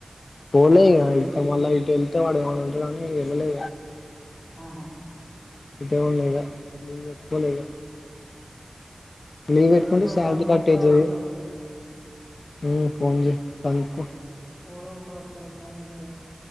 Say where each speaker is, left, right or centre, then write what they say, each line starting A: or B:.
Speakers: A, on the left; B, on the left.
A: పోలేంగా ఇక మళ్ళ ఇటు వెళ్తేయ్ వాడు ఏమైనా అంటాడు అని ఇంకా ఎలాలే
B: హమ్
A: ఇదే ఉ లేద నీ పెట్టుకోలేద లీవ్
B: సరే
A: పెట్టుకుంటే
B: మరి
A: సాలరీ
B: వాడన్న
A: కట్
B: వత్తడో
A: అయితది
B: అడుగుతా
A: హుమ్ ఫోన్ చెయ్ కనుక్కో
B: ఎవడో ఒకడు వత్తడు ఫోన్ చేత్తే ఇగ